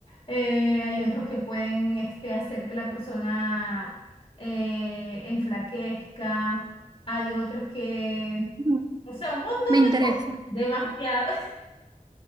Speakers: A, on the left; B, on the right.
A: eh, hay otros que pueden este, hacer que la persona eh, enflaquezca, hay otros que,
B: Mm,
A: o sea, un montón
B: Me interesa.
A: de cosas, demasiado,